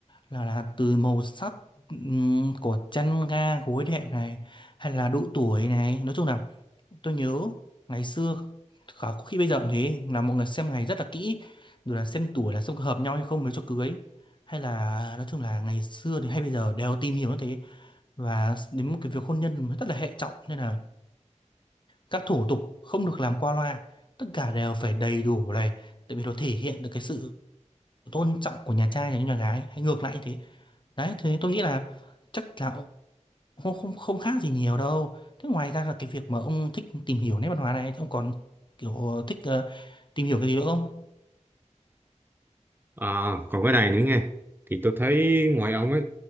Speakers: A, on the left (about 40°); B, on the right (about 15°).
A: là là từ màu sắc ừm, của chăn ga gối đệm này hay là độ tuổi này nói chung là tôi nhớ ngày xưa khả có khi bây giờ cũng thế là mọi người xem ngày rất là kỹ rồi là xem tuổi là xem có hợp nhau hay không mới cho cưới hay là nói chung là ngày xưa thì hay bây giờ đều tìm hiểu như thế và đến một cái việc hôn nhân rất là hệ trọng nên là các thủ tục không được làm qua loa tất cả đều phải đầy đủ này tại vì nó thể hiện được cái sự tôn trọng của nhà trai dành cho nhà gái hay ngược lại như thế đấy thế tôi nghĩ là chắc là ông không không không khác gì nhiều đâu thế ngoài ra là cái việc mà ông thích tìm hiểu nét văn hóa này ông còn kiểu thích ờ, tìm hiểu cái gì nữa không
B: À, còn cái này nữa nghe thì tôi thấy ngoài ông ấy